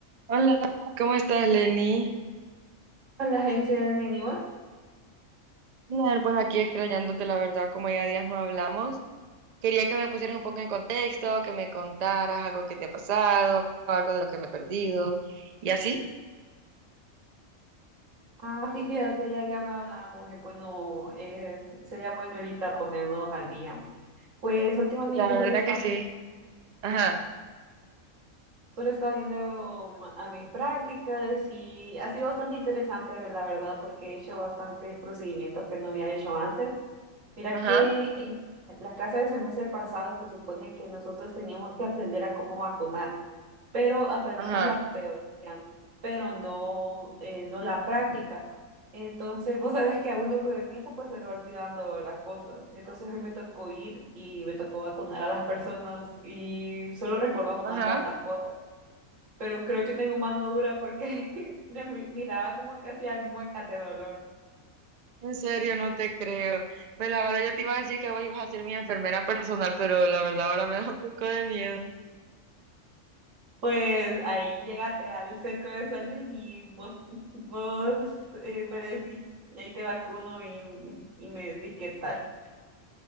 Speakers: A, on the right; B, on the right.
A: Hola, ¿cómo estás, Lenny?
B: Hola, Hazel, bien igual.
A: Bien, pues aquí extrañándote, la verdad, como ya días no hablamos. Quería que me pusieras un poco en contexto, que me contaras algo que te ha pasado, algo de lo que me he perdido, y así.
B: Ah, sí, fíjate, ya, ya no hablábamos, eh, bueno, eh, sería bueno ahorita ponernos al día. Pues últimamente
A: La
B: solo
A: verdad
B: he estado
A: que sí. Ajá,
B: Solo estaba viendo um, a mis prácticas y ha sido bastante interesante, la verdad, porque he hecho bastantes procedimientos que no había hecho antes. Mira
A: ajá,
B: que en la clase del semestre pasado se supone que nosotros teníamos que aprender a cómo vacunar, pero aprendimos
A: ajá,
B: la teoría, pero no, eh, no la práctica. Entonces, vos sabés que a uno con el tiempo pues se le va olvidando las cosas. Entonces hoy me tocó ir y me tocó vacunar a las personas y solo recordando
A: ajá.
B: unas cuantas cosas pero creo que tengo mano dura porque <laughs> yo mi- miraba como que hacía muecas de dolor.
A: En serio, no te creo. Pues la verdad, yo te iba a decir que vos ibas a ser mi enfermera personal, pero la verdad ahora me <laughs> da un poco de miedo.
B: Pues ahí llégate al centro de salud y vos, <laughs> vos eh, me decís, y ahí te vacuno y, y me decís qué tal.